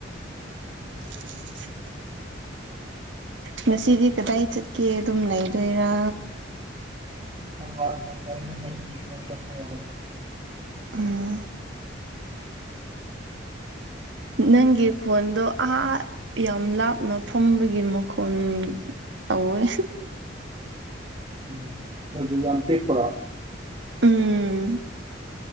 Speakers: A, on the right; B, on the right.
A: ꯎ ꯉꯁꯤꯗꯤ ꯀꯗꯥꯏ ꯆꯠꯀꯦ ꯑꯗꯨꯝ ꯂꯩꯗꯣꯏꯔꯥ
B: ꯑꯁꯧꯕ
A: ꯎꯝ ꯅꯪꯣꯟꯗꯣ ꯑ ꯌꯥ ꯌꯥꯝ ꯂꯥꯞꯅ ꯐꯝꯕꯒꯤ ꯃꯈꯣꯜ ꯇꯧꯋꯦ
B: ꯎꯝ ꯑꯗꯨ ꯌꯥꯝ ꯄꯤꯛꯄ꯭ꯔꯥ
A: ꯎꯝ